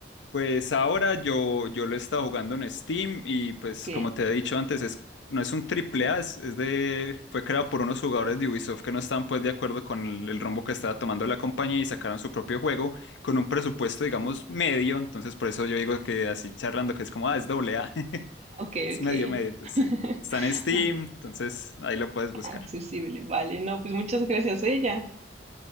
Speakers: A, on the left; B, on the right.
A: Pues ahora yo, yo lo he estado jugando en Steam y pues
B: Ok,
A: como te he dicho antes, es, no es un triple A, es, es de, fue creado por unos jugadores de Ubisoft que no estaban pues de acuerdo con el, el rumbo que estaba tomando la compañía y sacaron su propio juego con un presupuesto digamos medio, entonces por eso yo digo que así charlando que es como, ah, es doble A, <laughs>
B: ok,
A: es
B: ok.
A: medio medio, entonces
B: <laughs>
A: sí. Está en Steam, entonces ahí lo puedes buscar.
B: Accesible, vale. No, pues muchas gracias, ella.